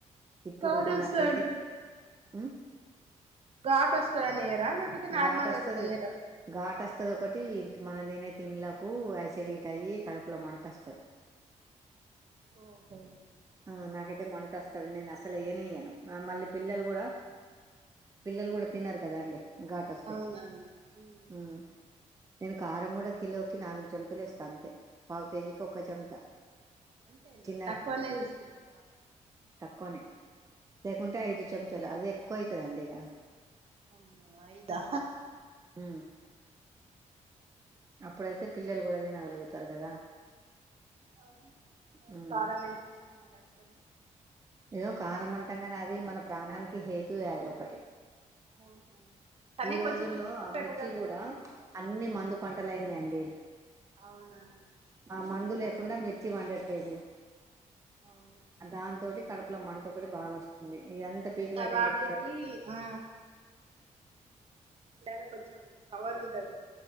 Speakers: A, on the right (about 25°); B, on the right (about 50°).
A: ఇప్పుడు
B: ఘాటు
A: మన
B: వస్తదండి
A: తినే ఉ
B: ఘాట్ వస్తదని ఎయం రా లేపోతే నార్మల్
A: ఘాటు వస్తది
B: అసలు ఎయ్యర
A: ఘాటు వస్తది ఒకటి మనం తినే తిండ్లకు యాసిడీట్ అయ్యి కడుపులో మంట వస్తది
B: ఓహో
A: ఆ నాకైతే మంట వస్తది నేను అసలు ఎయ్యనేఎయ్యను అ మళ్ళీ పిల్లలు కూడా పిల్లలు కూడా తినరు కదా అండి గాట్ వస్తె
B: అవునా మ్మ్
A: ఊ నేను కారం కూడా కిలోకి నాలుగు చెంచలు ఏస్తా అంతే పావు కేజీకి ఒక చెంచా
B: అంతేనా
A: చిన్న
B: తక్కువనే తీసుకుంటారా
A: కొనే లేకుంటే ఐదు చెంచలు అదే కొయతదండిగ
B: అమ్మ అయిదా
A: ఉ అప్పుడైతే పిల్లలు కూడా తినగలుగుతారు కదా
B: అవును మరి
A: ఉమ్
B: కారమేష్నా కష్
A: ఏదో కారం అంటాంగానీ అది మన ప్రాణానికి హేత్ తూయాద ఒకటి
B: అవునవును కానీ
A: ఈ రోజుల్లో
B: కొంచెం తింటే
A: ఆ
B: బెటర్
A: మిర్చి
B: అంటారు
A: కూడా అన్ని మందు
B: మ్మ్
A: పంటలు అయినాయండి
B: అవునవును
A: ఆ మందులు కుండ మిర్చి వండట్లేదు
B: అవును
A: దాంతోటి కడుపులో మంట ఒకటి బాగా వస్తుంది ఇదంతా పీకిలాట
B: ఇంగ వాటిది
A: ఎందుకు
B: ఆ లేదా కొంచెం పవర్ ఉంటది